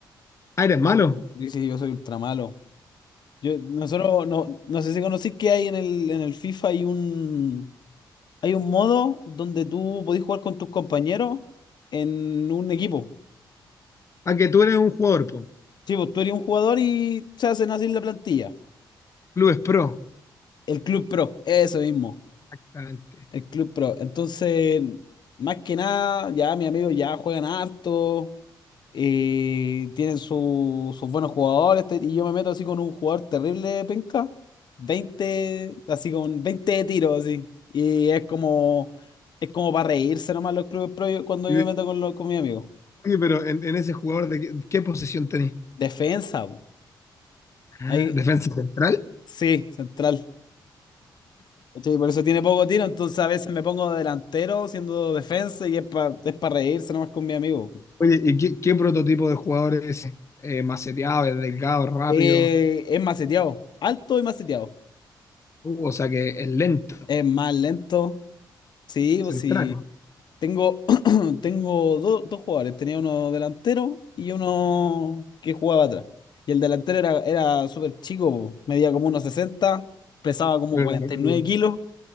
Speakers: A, on the left; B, on the left.
A: Ah, eres malo.
B: Dice, yo soy ultra malo. Yo, nosotros, no, no sé si conocís que hay en el, en el FIFA, hay un, hay un modo donde tú podés jugar con tus compañeros en un equipo.
A: Ah, que tú eres un jugador, po.
B: Sí, pues tú eres un jugador y se hacen así la plantilla.
A: Clubes Pro.
B: El Club Pro, eso mismo.
A: Exactamente.
B: El Club Pro. Entonces, más que nada, ya mis amigos ya juegan harto, eh, tienen su- sus buenos jugadores, te- y yo me meto así con un jugador terrible, penca, 20 así con 20 de tiro, así. Y es como, es como para reírse nomás los clubes pro yo- cuando
A: Y
B: yo
A: de-
B: me meto con, lo- con mi amigo.
A: oye, pero en, en ese jugador, ¿de qué, qué posición tenés?
B: Defensa, po.
A: Ah,
B: Ahí,
A: ¿defensa central?
B: sí, central. ¿Cachai? Por eso tiene poco tiro, entonces a veces me pongo delantero siendo defensa y es para es pa reírse nomás con mi amigo.
A: Oye, ¿y qué, qué prototipo de jugador es ese? Eh, maceteado, es delgado, rápido.
B: Eh, es maceteado, alto y maceteado.
A: Uh, o sea que es lento.
B: Es más lento. Sí,
A: Central.
B: pues sí. Tengo, <clears throat> tengo do- dos jugadores. Tenía uno delantero y uno que jugaba atrás. Y el delantero era, era súper chico, po. medía como unos sesenta pesaba como
A: Pero
B: 49
A: era rápido.
B: kilos.